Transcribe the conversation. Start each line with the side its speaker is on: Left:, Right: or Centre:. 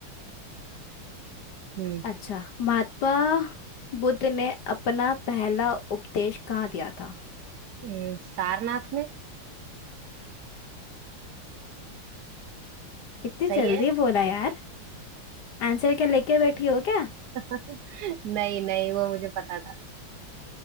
Right: हम्म
Left: अच्छा महात्मा बुद्ध ने अपना पहला उपदेश कहाँ दिया था
Right: हम्म, सारनाथ में
Left: कितनी
Right: सही
Left: जल्दी
Right: है
Left: बोला यार आंसर क्या लेके बैठी हो क्या
Right: <laughs> नहीं नहीं वो मुझे पता था